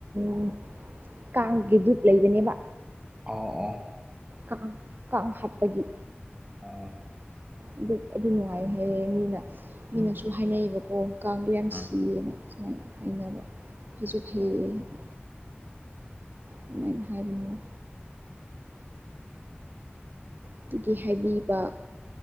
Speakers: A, on the right; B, on the right.
A: ꯎꯟ ꯀꯥꯡꯒꯤ ꯗꯨꯞ ꯂꯩꯕꯅꯦꯕ
B: ꯑꯣ ꯑꯣ
A: ꯀꯥꯡ ꯀꯥꯡ ꯍꯥꯠꯄꯒꯤ
B: ꯑꯣ
A: ꯑꯗꯨ ꯑꯗꯨ ꯅꯨꯡꯉꯥꯏ ꯍꯥꯏꯌꯦ ꯃꯤꯅ ꯃꯤꯅꯁꯨ ꯍꯥꯏꯅꯩꯌꯦꯕꯀꯣ ꯀꯥꯡꯗꯣ ꯌꯥꯝ
B: ꯎꯝ
A: ꯁꯤꯌꯦꯅ ꯁꯨꯃꯥꯏꯅ ꯍꯥꯏꯅꯕ ꯐꯁꯨ ꯐꯩꯌꯦ
B: ꯎꯝ ꯑꯣ
A: ꯀꯥ ꯑꯗꯨꯃꯥꯏꯅ ꯍꯥꯏꯕꯅꯤꯅ ꯑꯗꯨꯒꯤ ꯍꯥꯏꯕꯤꯕ